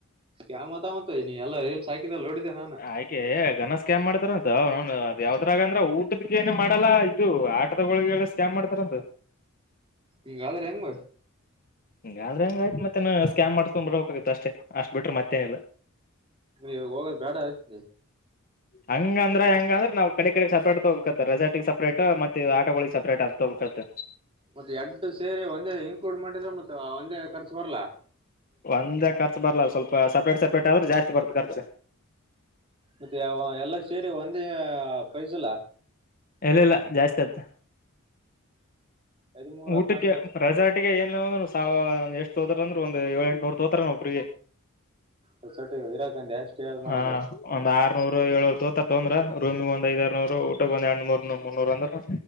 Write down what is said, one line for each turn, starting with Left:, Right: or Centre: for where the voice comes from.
Right: ಶ್ಕ್ಯಾಮ್ ಆತ ಒತ್ತೊ ಇಲ್ಲೇ ನೀ ಎಲ್ಲಾ ರೀಲ್ಸ ಹಾಕಿದಲ್ಲಿ ನೋಡಿದ ನಾನ
Left: ಹಾಗಯೆ ಗಣಾ ಸ್ಕ್ಯಾಮ್ ಮಾಡ್ತಾರಂತ ನ ಅ ಯಾವ್ದ್ರಾಗ ಅಂದ್ರ ಊಟದಕ್ಕೆ ಏನೇ ಮಾಡಲ್ಲಾ ಇದು ಆಟದೊಳಗೆ ಸ್ಕ್ಯಾಮ್ ಮಾಡ್ತಾರಂತ
Right: ಹಿಂಗಾದರ ಹೆಂಗ
Left: ಹಿಂಗಾದ್ರೆ ಹಂಗ ಆಯ್ತ್ ಮತ್ತೇ ಸ್ಕ್ಯಾಮ್ ಮಾಡ್ಕೊಂಡ್ ಬರಬೇಕತ್ತಷ್ಟೆ ಅಷ್ಟು ಬಿಡ್ರ ಮತ್ತೇನಿಲ್ಲಾ
Right: ನೀ ಹೋಗದ ಬೇಡಾ ಆಐತ
Left: ಹಂಗಂದ್ರ ಹೆಂಗಂದ್ರ ನಾವ ಕಡೆ ಕಡೆಗೆ ಸಪ್ರೇಟ್ ತೊಕತ ರೆಸಾರ್ಟಿಗೆ ಸಪೇಟ್ ಮತ್ತೆ ಆಟಗಳಿಗೆ ಸಪರೇಟ್ ಅ ತೋಗೋಬೇಕತ್
Right: ಮತ್ತೆ ಎಂಟ ಸೇರಿ ಒಂದೇ ಇನ್ಕ್ಲೂಡ ಮಾಡಿದ್ರೆ ಮತ್ತ ಒಂದೇ ಖರ್ಚು ಬರ್ಲ್ಲಾ
Left: ಒಂದೇ ಖರ್ಚು ಬರ್ಲ್ಲ ಸ್ವಲ್ಪ ಸಪ್ರೇಟ್ ಸಪ್ರೇಟ್ ಆದ್ರೆ ಜಾಸ್ತಿ ಕೊಡ್ತ ಖರ್ಚ
Right: ಮತ್ತೆ ಅವಾ ಎಲ್ಲಾ ಸೇರಿ ಒಂದೇ ಪೈಸಲ್ಲಾ
Left: ಇಲ್ಲಿಲ್ಲಾ ಜಾಸ್ತಿ ಆತ
Right: ಹದಿಮೂರ್
Left: ಊಟಕ್ಕೆ
Right: ಹದ್ನಾಕ್
Left: ರೆಜಾಟಿಗೆ ಏನಿಲ್ಲ ಅಂದ್ರಾನು ಒಂದು ಸಾವಿರಾ ಎಷ್ಟು ತೋತಾರ ಅಂದ್ರೆ ಒಂದು ಏಳ ಎಂಟುನೂರು ತೋತಾರೇನ ಒಬ್ರಿಗೆ.
Right: ರೆಸಾರ್ಟಿಗೆ ಇರಾಕಂದೆ ಸ್ಟೇ ಮಾಡಕ
Left: ಹಾ ಒಂದ್ ಆರ್ನೂರ್ ಏಳ್ ನೂರ್ ತೋತಾರ ಅಂದ್ರ ರೂಮಿಗ್ ಒಂದ ಐದ್ರ್ನೂರು ಊಟಗ ಒಂದ್ರಡ್ನೂರ್ ಮುನೂರ್ ಅಂದ್ರು